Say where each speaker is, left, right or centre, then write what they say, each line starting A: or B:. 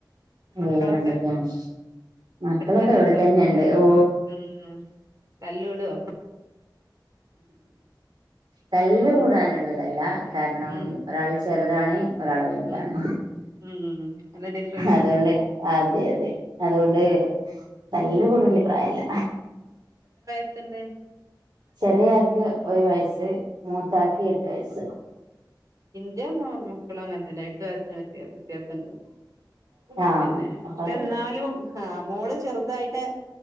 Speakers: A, on the right; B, on the right.
A: മക്കളൊക്കെ
B: വേറെന്തൊക്കെയാണ് മക്കളൊക്കെ
A: എടത്തന്നെ
B: ഇവിടെ
A: ഇണ്ടോ
B: തന്നെണ്ട് ഓ
A: ഉം തല്ലൂടോ
B: തല്ല്
A: ഉം
B: കൂടാനുള്ളതല്ല കാരണം
A: ഉം
B: ഒരാള് ചെറുതാണ് ഒരാള് വലുതാണ്
A: ഉം ഉം ഉം നല്ല ഡിഫറൻസ്
B: അതുകൊണ്ട്
A: ഉണ്ടോ
B: അതെ അതെ അതുകൊണ്ട്
A: ആ
B: തല്ല് കൂടണപ്രായല്ല
A: എന്തേ
B: ചെറിയക്ക് ഒരു വയസ്സ് മൂത്താക്ക് എട്ട് വയസ്സ്
A: ൻ്റെ മക്കളും അങ്ങനെ തന്നെ എട്ട് വയസ്സന് വ്യത്യാസംണ്ട്
B: ആഹ്
A: പിന്നെ പക്ഷെ
B: അപ്പൊ
A: എന്നാലും ആഹ് മോള് ചെറുതായിട്ട്